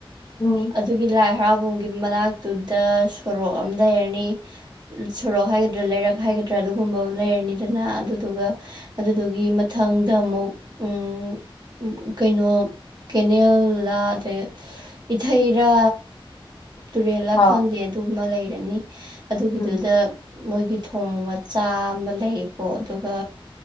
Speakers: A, on the left; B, on the right.
A: ꯎꯝ
B: ꯑꯗꯨꯒꯤ ꯂꯥꯏ ꯍꯔꯥꯎꯕꯝꯒꯤ ꯃꯅꯥꯛꯇꯨꯗ ꯁꯣꯔꯣꯛ ꯑꯃ ꯂꯩꯔꯅꯤ ꯁꯣꯔꯣꯛ ꯍꯥꯏꯒꯗ꯭ꯔꯥ ꯂꯩꯔꯛ ꯍꯥꯏꯒꯗ꯭ꯔꯥ ꯑꯗꯨꯒꯨꯝꯕ ꯂꯩꯔꯅꯤꯗꯅ ꯑꯗꯨꯗꯨꯒ ꯑꯗꯨꯗꯨꯒꯤ ꯃꯊꯪꯗ ꯑꯃꯨꯛ ꯎꯝ ꯎ ꯀꯩꯅꯣ ꯀꯦꯅꯦꯜꯂ ꯑꯗꯩ ꯏꯊꯩꯔꯥ ꯇꯨꯔꯦꯜꯂ
A: ꯑꯥ
B: ꯈꯪꯗꯦ ꯑꯗꯨꯃ ꯂꯩꯔꯅꯤ ꯑꯗꯨꯒꯤꯗꯨꯗ
A: ꯎꯝ
B: ꯃꯣꯏꯒꯤ ꯊꯣꯡ ꯃꯆꯥ ꯑꯃ ꯂꯩꯀꯣ ꯑꯗꯨꯒ